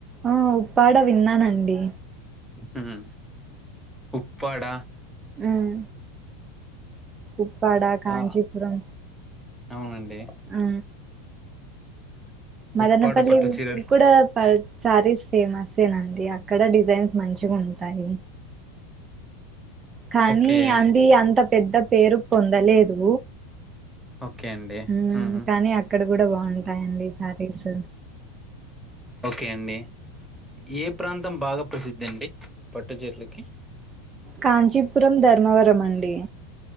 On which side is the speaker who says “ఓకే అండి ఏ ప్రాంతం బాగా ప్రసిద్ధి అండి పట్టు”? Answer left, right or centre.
Centre